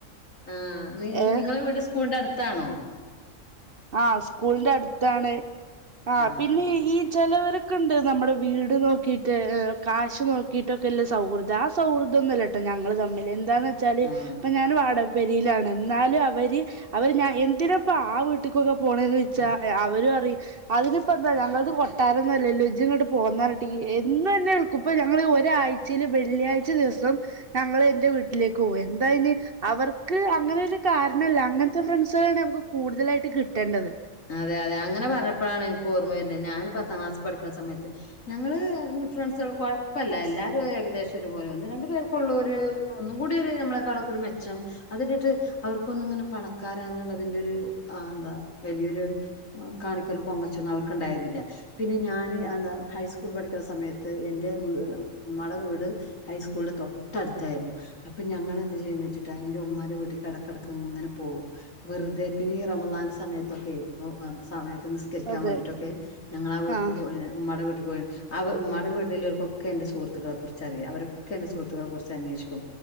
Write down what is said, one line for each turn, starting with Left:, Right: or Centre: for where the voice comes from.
Left: ആ നി
Right: ഏ
Left: നിങ്ങളെ വീട് സ്കൂളിന്റെ അടുത്ത് ത്താണോ
Right: ആ സ്കൂളിന്റെ അടുത്താണ് ആ
Left: ആഹ്
Right: പിന്നെ ഈ ചിലവർ ഒക്കണ്ട് നമ്മുടെ വീട് നോക്കിയിട്ട് കാശ് നോക്കിയിട്ടൊക്കെല്ല സൗഹൃദം ആ സൗഹൃദോന്നുമല്ല കേട്ടോ ഞങ്ങള് തമ്മിൽ എന്താന്ന് വച്ചാല്
Left: ആഹ്
Right: ഇപ്പൊ ഞാൻ വാടക പെരയിലാണ് എന്നാലും അവര് അവര് ഞാൻ എന്തിനപ്പ ആട്ട വട്ടിക്കൊക്കെ പോണന്ന് ചോദച്ചാ അവരും അറി അതിനിപ്പോ എന്താ ഞങ്ങളത് കൊട്ടാരംന്നല്ലേ ലുജംങ്ങോട്ട് പോകന്നരട്ട എന്ന് തന്നെ എൾക്കും ഇപ്പ ഞങ്ങള് ഒരാഴ്ചയിൽ വെള്ളിയാഴ്ച ദിവസം ഞങ്ങൾ എന്റെ വീട്ടിലേക്ക് പോകും എന്തായന് അവർക്ക് അങ്ങനെ ഒരു കാരണല്ല അങ്ങനത്തെ ഫ്രണ്ട്സ നമുക്ക് കൂടുതലായിട്ട് കിട്ടേണ്ടത്
Left: അതെ അതെ അങ്ങനെ പറഞ്ഞപ്പോഴാണ് എനിക്ക് ഓർമ്മ വരുന്നത് ഞാാന് പത്താം ക്ലാസിൽ പഠിക്കുന്ന സമയത്ത് ഞങ്ങള്ൾ ഫ്രണ്ട്സുകൾ കൊഴപ്പമല്ല എല്ലാരും ഏകദേശം ഒരുപോലെ ഒന്ന് രണ്ടണ്ട് പേർക്കുള്ള ഒരു ഒന്നും കൂടി ഒരു നമ്മളെക്കാളക്ക ഒരു മെച്ചം അത് അവർക്കൊന്ന ഇങ്ങനെ പണക്കാരാ എന്നുള്ളതിന്റെ ഒരു ആ എന്താ വലിയൊരു കാണിക്കൊന്നും പൊങ്ങച്ചൊന്നും അവർക്കു ണ്ടായിരുന്നില്ല പിന്നെ ഞാാന് എന്താ ഹൈസ്കൂൾ പഠിക്ക സമയത്ത് എന്റെ ഉമ്മായുടെ വീട് ഹൈസ്കൂളിന്റെ തൊട്ടടുത്തായിരുന്നു അപ്പൊ ഞങ്ങൾ എന്ത് ചെയ്യന്ന് വെച്ചിട്ടാ എന്റെ ഉമ്മാ ന്റെ വീട്ടേക്ക് അടക്കടക്ക്ങ്ങെ പോകും വെറുതെ പിന്നെ റമലാന്റെ സമയത്ത് ക്കെ <unintelligible> നിസ്കരിക്കാൻ
Right: അതെ
Left: വേണ്ടിയിട്ടൊക്കെ ഞങ്ങളുടെ വീട്ടിൽ
Right: ആഹ്
Left: പോ ഉമ്മടെ വീട്ടിൽ പോയി അവ ഉമ്മാടെ വീട്ടിലവർക്കൊക്കെ എന്റെ സുഹൃത്തുക്കളെ കുറിച്ച്റിയും അവരൊക്കെ എറെ സുഹൃത്തുക്കെ കുറിച്ച് അന്വേഷിക്കും